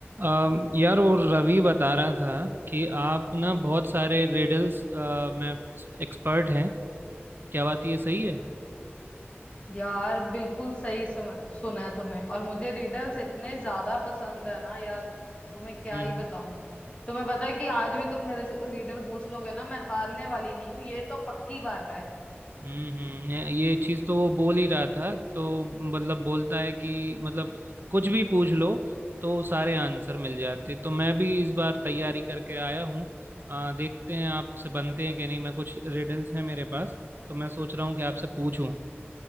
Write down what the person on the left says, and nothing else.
यार बिल्कुल सही सुन, सुना है तुम्हें और मुझे रिडल्स इतने ज्यादा पसंद है ना यार तुम्हें क्या
ही बताऊं तुम्हें पता है कि आज भी तुम मेरे से कोई रिडल पूछ लोगे ना मैं हारने वाली नहीं हूँ ये तो पक्की बात है